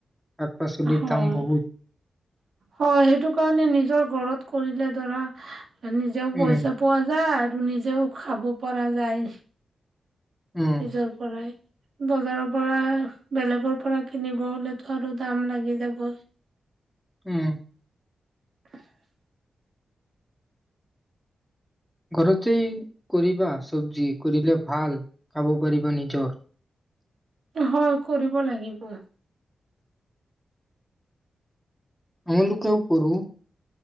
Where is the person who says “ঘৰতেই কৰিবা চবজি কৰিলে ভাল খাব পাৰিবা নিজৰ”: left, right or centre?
Centre